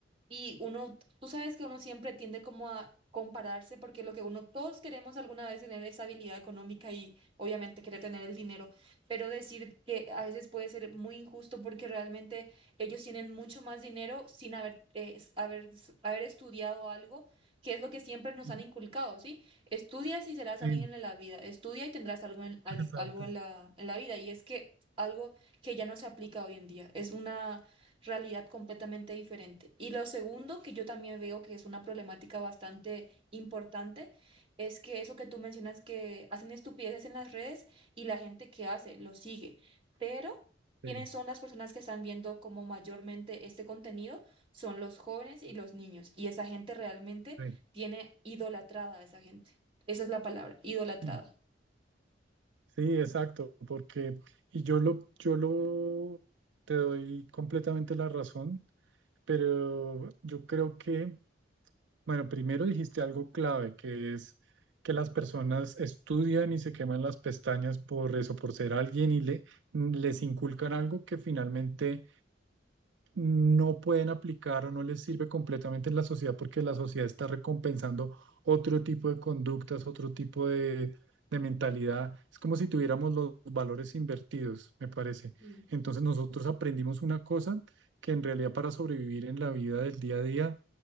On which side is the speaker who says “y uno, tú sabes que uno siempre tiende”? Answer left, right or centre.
Right